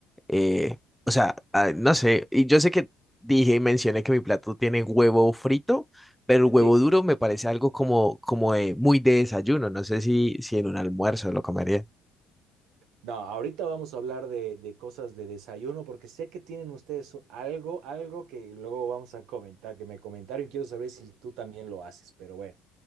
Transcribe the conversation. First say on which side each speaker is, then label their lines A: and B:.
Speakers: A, in the centre; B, on the right.
A: eh, o sea, ah, no sé, y yo sé que dije y mencioné que mi plato tiene huevo frito, pero el huevo
B: Sí,
A: duro me parece algo como, como de- muy de desayuno. No sé si, si en un almuerzo lo comería.
B: No, ahorita vamos a hablar de, de cosas de desayuno porque sé que tienen ustedes u- algo, algo que luego vamos a comentar, que me comentaron y quiero saber si tú también lo haces, pero bueno,